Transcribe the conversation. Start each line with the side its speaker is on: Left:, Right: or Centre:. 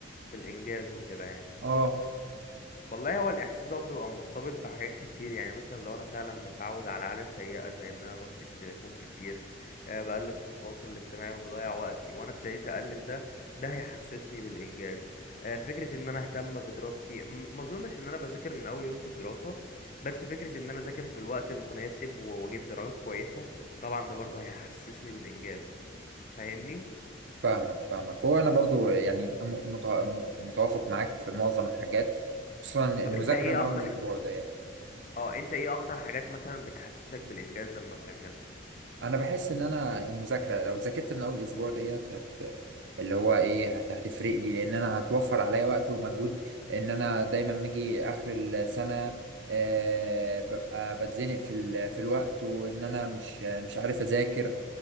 Left: بالانجاز وكده يعني
Right: اه
Left: والله هو الاحساس ده بيبقى مرتبط بحاجات كتير يعني مثلا لو انا فعلا متعود على عاده سيئه زي ان انا بمسك التليفون كتير آه، بقلب في التواصل الاجتماعي وبضيع وقتي وانا ابتديت اقلل ده ده هيحسسني بالانجاز آه، فكره ان انا اهتم بدراستي م- ما اظنش ان انا بذاكر من اول يوم في الدراسه بس فكره ان انا اذاكر في الوقت المناسب و- واجيب درجات كويسه طبعا ده برضه هيحسسني بالانجاز فاهمني
Right: فاهمك فاهمك هو انا برضو يعني م- مت- مت- متوافق معاك في معظم الحاجات خصوصا المذاكره
Left: طب انت ايه
Right: من اول
Left: اكتر
Right: اسبوع
Left: ح-
Right: ده يعني.
Left: اه انت ايه اكتر حاجات مثلا بتحسسك بالانجاز لما بتعملها
Right: انا بحس ان انا المذاكره لو ذاكرت من اول اسبوع ديت هت اللي هو ايه هت... هتفرق لي لان انا هتوفر عليا وقت ومجهود ان انا دايما باجي اخر السنه آه ببقى بتزنق في ال... في الوقت وان انا مش مش عارف اذاكر